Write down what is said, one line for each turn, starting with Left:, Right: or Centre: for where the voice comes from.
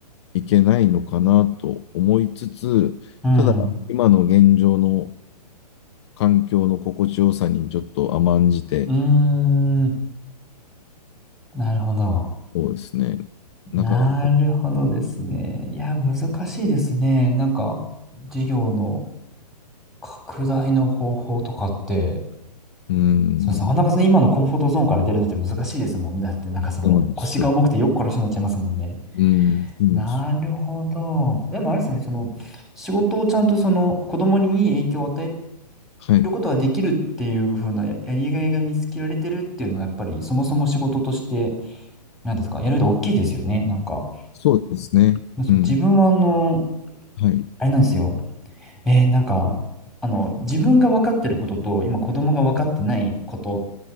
Left: いけないのかなと思いつつ、
Centre: うん。
Left: ただ、今の現状の環境の心地よさにちょっと甘んじて、
Centre: うーん。なるほど。
Left: そうですね。
Centre: なるほどですね。
Left: なかなか、
Centre: いや、難しいですね。なんか、事業の拡大の方法とかって、
Left: うん、
Centre: そう、なかなかその今のコンフォートゾーンから出るのって難しいですもんね。だって、なんかその腰が重くてよく殺しになっちゃいますもんね。
Left: そうなんですよ。うん、そうなんですよ。
Centre: なるほど。でもあれですね、その仕事をちゃんとその子供にいい影響を与え
Left: はい。
Centre: ることができるっていう風なや、やりがいが見つけられてるっていうのはやっぱりそもそも仕事として何ですかやると大きいですよねなんか
Left: そうですね。
Centre: そう自分はあの
Left: うん。はい。
Centre: あれなんですよえーなんかあの自分が分かってることと今子供が分かってないこと